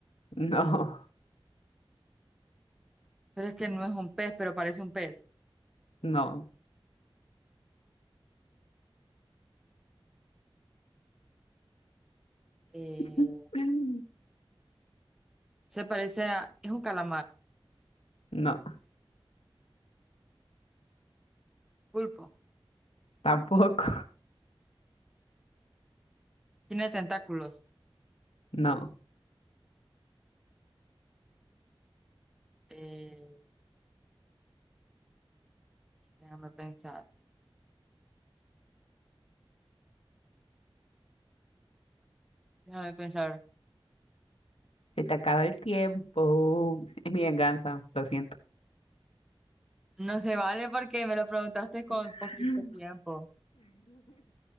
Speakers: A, on the left; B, in the centre.
A: No, no,
B: Pero es que no es un pez, pero parece un pez.
A: no.
B: Eh,
A: <laughs>
B: se parece a, es un calamar.
A: No,
B: Pulpo.
A: tampoco.
B: Tiene tentáculos.
A: No.
B: Eh, déjame pensar. Déjame pensar.
A: Se te acaba el tiempo. Es mi venganza, lo siento.
B: No se vale porque me lo preguntaste con
A: <laughs>
B: poquito tiempo.